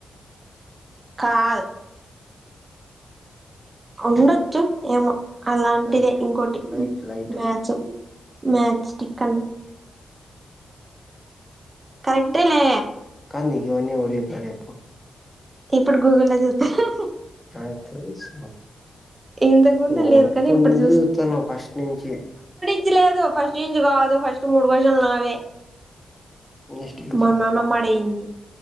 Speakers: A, on the right; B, on the left.
A: కాదు ఉండొచ్చు ఏమో అలాంటిదే
B: లైట్
A: ఇంకోటి
B: లైట్ లైట్
A: మ్యాచ్ మ్యాథ్స్టిక్ అని ఇట్టలే
B: కాదు నీకు ఇవన్నీ ఎవరు చెప్పినారు చెప్పు
A: ఇప్పుడు గూగుల్లో లో చూస్త హా
B: నాకు తెలుసు
A: ఇంతకు ముందు
B: నువ్
A: లేదు
B: అప్పుటి
A: కానీ ఇప్పుడు
B: నుంచి చూస్తానవ్ ఫస్ట్ నుంచి
A: ఇచి లేదు ఫస్ట్ నుంచి కాదు ఫస్ట్ మూడు క్వశ్చన్లు నావే
B: నెక్స్ట్ చెప్పు
A: మా నానమ్మ అడిగింది